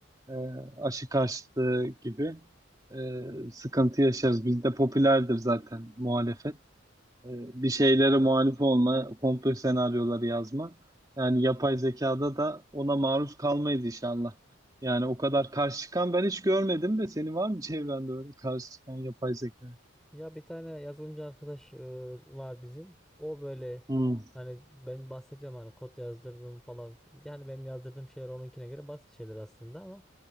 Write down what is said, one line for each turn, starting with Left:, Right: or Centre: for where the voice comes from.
Right: e, aşı karşıtı gibi e, sıkıntı yaşarız. Bizde popülerdir zaten muhalefet. E, bir şeylere muhalif olma, komplo senaryoları yazma. Yani yapay zekada da ona maruz kalmayız inşallah. Yani o kadar karşı çıkan ben hiç görmedim de senin var mı çevrende öyle karşı çıkan yapay zeka?
Centre: Ya bir tane yazılımcı arkadaş e, var bizim. O böyle
Right: Hmm,
Centre: hani ben bahsedeceğim hani kod yazdırdım falan. Yani benim yazdırdığım şeyler onunkine göre basit şeyler aslında ama